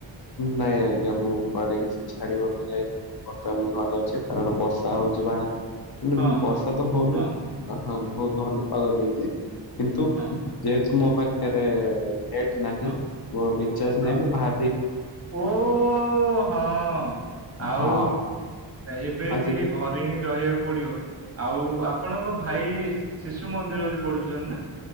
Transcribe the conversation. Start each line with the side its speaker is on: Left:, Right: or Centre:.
Left: ନାଇଁ ଆଜ୍ଞା। ମୁଁ କୁଆଡେ କିଛି ଛାଡିବାକୁ ଯାଇନି ବର୍ତ୍ତମାନ ଘରେ ଅଛି। କାରଣ ବର ବର୍ଷା ହଉଛି ବାହାରେ ।ହେଲେ
Right: ହଁ
Left: ବର୍ଷା
Right: ହଁ
Left: ତ ହଉନି।
Right: ହଁ
Left: ହଁ ବହୁତ ଭଲ ପାଗ ଦେଇଛି। କିନ୍ତୁ
Right: ହଁ
Left: ଯେହେତୁ ମୋ ପାଖରେ ନେଟ୍ ନାହିଁ।
Right: ହଁ
Left: ମୋର ରିଚାର୍ଜ ନାହିଁ
Right: ହଁ
Left: ମୁଁ ବାହା
Right: ଓ, ହଁ । ଆଉ
Left: ହଁ
Right: ଏବେ
Left: ଆଉ ଯଦି
Right: ଟିକେ ଘରେ ହିଁ ରହିବାକୁ ପଡିବ ।ଆଉ ଆପଣ ଆପଣଙ୍କ ଭାଇ ଶିଶୁ ମନ୍ଦିରରେ ପଢୁଛନ୍ତି ନା